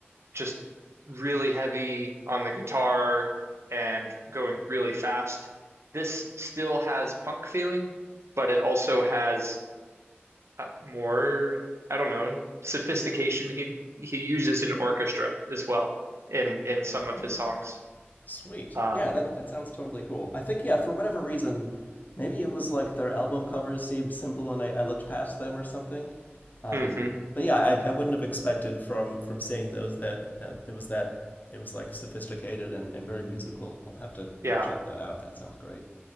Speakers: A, on the right; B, on the left.
A: just really heavy on the guitar and going really fast. This still has punk feeling, but it also has uh, more, I don't know, sophistication. He he uses an orchestra as well in in some of
B: Oh,
A: his songs.
B: Sweet.
A: Um,
B: Yeah, that, that sounds totally cool. I think, yeah, for whatever reason, maybe it was like their album covers seemed simple and I, I looked past them or something. Um,
A: hmm
B: but yeah, I, I wouldn't have expected from from seeing those that, that it was that it was like sophisticated and, and very musical. I'll have to
A: yeah,
B: check that out. That sounds great.